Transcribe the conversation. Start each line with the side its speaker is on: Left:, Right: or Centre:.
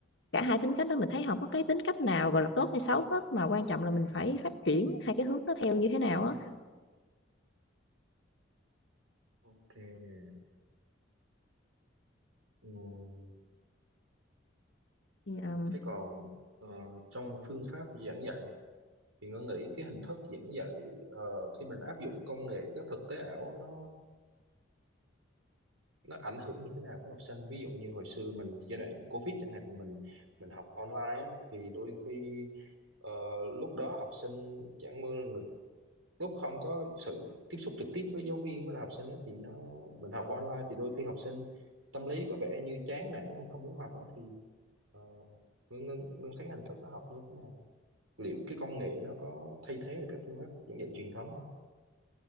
Left: cả hai tính cách đó mình thấy không có cái tính cách nào gọi là tốt hay xấu hết mà quan trọng là mình phải phát triển hai cái hướng nó theo như thế nào á
Right: Ok nè. Ừ.
Left: Thì, ờ,
Right: Thế còn ờ, trong phương pháp giảng dạy thì Ngân nghĩ cái hình thức giảng dạy ờ, khi mình áp dụng công nghệ các thực tế ảo nó nó ảnh hưởng như thế nào với học sinh ví dụ như hồi xưa mình giai đoạn Covid chẳng hạn mình mình học online á, thì đôi khi ờ, lúc đó học sinh chẳng mưa người lúc không có sự tiếp xúc trực tiếp với giáo viên với lại học sinh á, thì nó mình học qua online thì đôi khi học sinh tâm lý có vẻ như chán nản hay không muốn học á, thì ờ, Ngân, Ngân, Ngân thấy hình thức nó học như thế nào liệu cái công nghệ nó có thay thế được các phương pháp giảng dạy truyền thống không